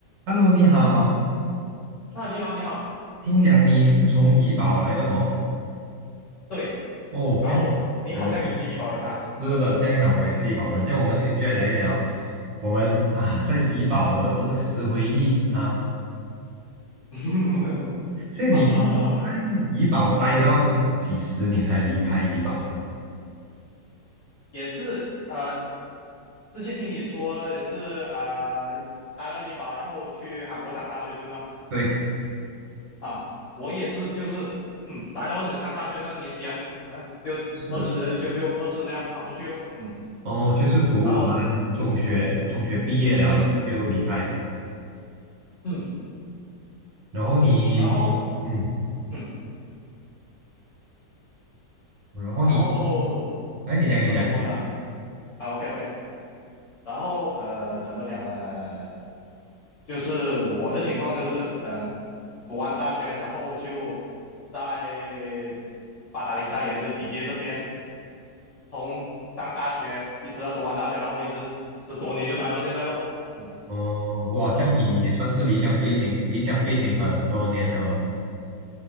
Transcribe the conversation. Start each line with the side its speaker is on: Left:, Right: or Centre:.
Right: Hello，你好，
Left: 啊，你好，你好，
Right: 听讲你是从怡保来的哦。
Left: 嗯，对，
Right: 哦，
Left: 然后你好像也是医保人啊，
Right: 这样我也是，是的，这样好，我也是怡保人。这样我们今天就来聊一聊我们啊在怡保的儿时回忆啊。
Left: <laughs>
Right: 所以你是在怡保待到几时你才离开怡保的？
Left: 好的，好的，好的，也是，呃，之前听你说也是，呃，待到医保，然后去韩国上大学，对吗？
Right: 对，
Left: 啊，我也是，就是，嗯，待到你上大学那个年纪啊，嗯、就二十，
Right: 是
Left: 就就二十那样跑出去咯，嗯，
Right: 哦，就是读完中学，
Left: 然后，
Right: 中学毕业了，
Left: 嗯嗯
Right: 然后就离开。
Left: 嗯，
Right: 然后你，
Left: 然后，
Right: 嗯，
Left: 嗯，
Right: 然后你，
Left: 然后
Right: 来，你讲，你讲。
Left: 怎么说呢？啊，OK OK，然后呃，怎么讲呢？就是我的情况就是，嗯，读完大学，然后就在八达岭寨，也就是比杰这边，从上大学一直到读完大学，然后一直十多年就待到现在咯。嗯，
Right: 哦，哇，这样你也算是离乡背景，
Left: 哦，
Right: 离乡背景很多年了咯。